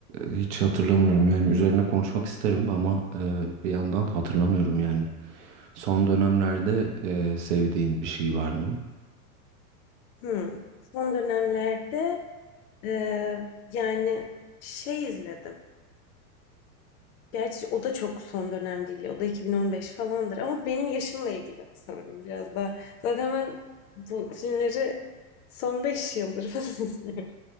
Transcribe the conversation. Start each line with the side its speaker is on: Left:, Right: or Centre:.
Right: hiç hatırlamıyorum. Yani üzerine konuşmak isterim ama e, bir yandan hatırlamıyorum yani. Son dönemlerde e, sevdiğin bir şey var mı?
Left: Hmm. Son dönemlerde e, yani şey izledim. Gerçi o da çok son dönem değil. O da 2015 falandır. Ama benim yaşımla ilgili sanırım biraz da. Zaten ben bu filmleri son 5 yıldır <laughs> falan izliyorum.